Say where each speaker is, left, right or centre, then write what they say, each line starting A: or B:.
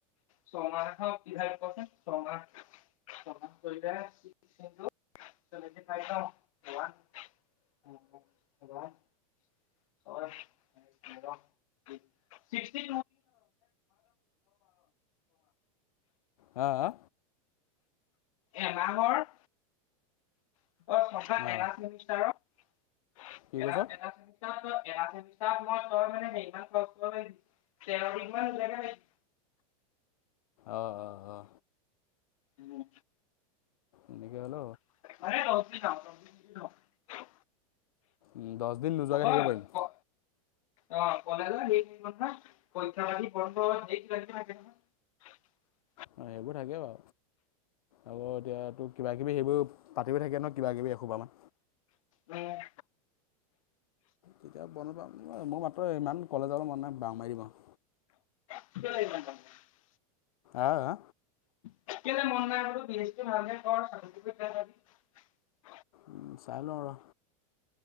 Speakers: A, on the left; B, on the left.
A: ছমা খা কিহাল পথ চমা <unintelligible> হব <unintelligible> তি
B: হা হা
A: এমাহৰ- <unintelligible>
B: অ'
A: <unintelligible>
B: কি কৈছ?
A: <unintelligible>
B: অ অ অ।
A: উম।
B: এনেকে ল।
A: <unintelligible>
B: উম। দচ দিন নোযোৱাকৈ
A: আকৌ
B: থাকিব পাৰিম।
A: অ কলেজৰ সেইখিনি কথা। পৰীক্ষা পাতি বন্ধ, ধেই কিবা কিবি হৈ আছে নহয়।
B: অ সেইবোৰ থাকে বাৱ। আকৌ এতিয়া তোক কিবা কিবি সেইবোৰ পাতিও থাকে ন কিবাকিবি এসোপামান।
A: উম
B: তেতিয়া ব মই মাত্ৰ ইমান কলেজ যাবলে মন নাই। বাং মাইদিম আৱ।
A: <unintelligible>
B: আ আ।
A: <unintelligible>
B: উম চাই লওঁ ৰহ।